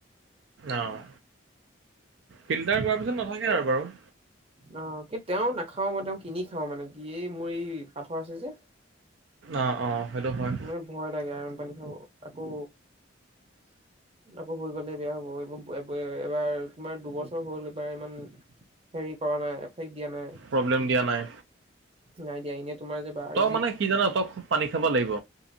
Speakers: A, on the right (about 70°); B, on the right (about 30°).
A: অ', ফিল্টাৰ কৰাৰ পিছত নাথাকে আৰু বাৰু।
B: অ', কি তেওঁ নাখাওঁ মই তেওঁ কিনি খাওঁ মানে কি এই মোৰ এই পাথৰ আছে যে।
A: অ' অ' সেইটো হয়।
B: মানে ভয় লাগে আইৰন পানী খাব। আকৌ, আকৌ হৈ গ'লে বেয়া হ'ব এইব এবাৰ তোমাৰ দুবছৰ হল এইবাৰ ইমান হেৰি কৰা নাই। শেষ দিয়া নাই
A: প্ৰব্লেম দিয়া নাই
B: নাই দিয়া এনেই তোমাৰ যে। বা
A: তই
B: যি
A: মানে কি জানা তই খুব পানী খাব লাগিব।